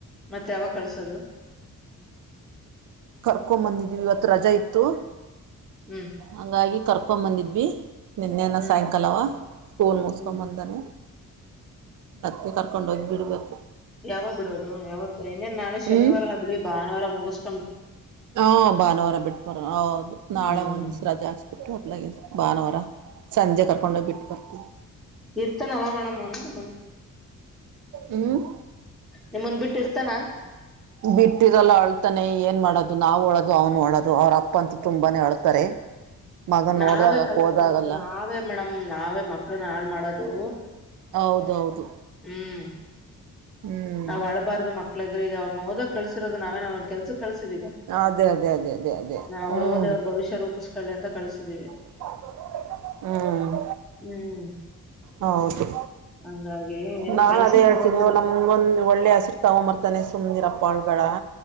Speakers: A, in the centre; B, on the right.
A: ಮತ್ತೆ ಯಾವಾಗ ಕಲ್ಸೋದು
B: ಹ ಕರ್ಕೊಂಡ ಬಂದಿದೀವಿ ಇವತ್ತು ರಜಾ ಇತ್ತು
A: ಹ್ಮ್
B: ಹಂಗಾಗಿ ಕರ್ಕೊಂಡ್ ಬಂದಿದ್ವಿ ನಿನ್ನೆನ್ನ
A: ಹ್ಮ್
B: ಸಾಯಂಕಾಲವ ಸ್ಕೂಲ್ ಮ ಮೂಸ್ಕೊಬಂದನ
A: ಹ್ಮ್
B: ಪ್ರತ್ತ ಕರ್ ಕರಕೊಂಡ ಹೋಗಿ ಬಿಡಬೇಕು.
A: ಯಾವಾಗ್ ಬಿಡೋದು ಯಾವತ್ತು ಇನ್ನೇನ್ ನಾಳೆ ಶನಿವಾರ
B: ಹ್ಮ್
A: ಬಿಡಿ ಭಾನುವಾರ ಮುಗಿಸ.
B: ಹಾ ಭಾನುವಾರ ಬಿಟ್ ಬರೋ ಹೌದು ನಾಳೆ
A: ಹ್ಮ್
B: ಒಂದ್ ರಜೆ ಹಾಕಿಸಿ ಬಿಟ್ಟು ಭಾನುವಾರ. ಸಂಜೆ ಕರ್ಕೊಂಡ ಹೋಗಿ ಬಿಟ್ಟು ಬರ್ತೀವಿ.
A: ಇರ್ತಾನಲ್ಲ ಮೇಡಮ್ ಅವನು ನಿಮ್ಮನ
B: ಹ್ಮ್
A: ನಿಮ್ಮಂದ್ ಬಿಟ್ಟು. ಇರ್ತಾನ
B: ಬಿಟ್ಟಿರಲ್ಲ ಅಳ್ತಾನೆ ಏನ್ ಮಾಡೋದು ನಾವ್ ಒಳದ. ಅವನ ಅಳದು ಅವರ ಅಪ್ಪ ಅಂತ ತುಂಬಾನೇ ಅಳ್ತಾರೆ. ಮಗನ್
A: ನಾವೇ
B: ನೋಡ್ದಾಗ
A: ಕಲಸದು
B: ಹೋದಾಗಲ್ಲ
A: ನಾವೇ ಮೇಡಮ್ ನಾವೇ ಮಕ್ಕಳನ ಹಾಳ ಮಾಡೋದು.
B: ಹೌದೌದು.
A: ಹ್ಮ್
B: ಹ್ಮ್
A: ನಾವ್ ಅಳ್ಬಾರ್ದು ಮಕ್ಕಳ ಏದ್ರ ಈ ಅವರನ ಓದಕ್ಕ ಕಳಸಿರೋದು ನಾವೇನ್ ಅವರನ ಕೆಲಸ. ಕಳಸಿದಿನಿ
B: ಅದೇ ಅದೇ ಅದೇ ಅದೇ ಅದೇ
A: ಅವರು
B: ಹ್ಮ್
A: ಹ್ಮ್ಮ್ ಓದಿ ಅವರ ಭವಿಷ್ಯ ರೂಪಿಸ್ಕೊಳ್ಳಿ ಅಂತ ಕಳಸಿದೀವಿ.
B: <unintelligible> ಹ್ಮ್.
A: ಹ್ಮ್
B: ಹೌದು
A: ಹಂಗಾಗಿ ಏನು
B: ನಾ
A: ಟೆನ್ಷನ್
B: ಅದೇ ಹೇಳ್ತೀನಿ
A: ತಗೋಬೇಡಿ
B: ನಮ್ಗೊಂದು. ಒಳ್ಳೆ ಹೆಸರು ತಗೊಂಬರ್ತಾನೆ ಸುಮನೆ ಇರಪ್ಪ ಅಳಬೇಡ.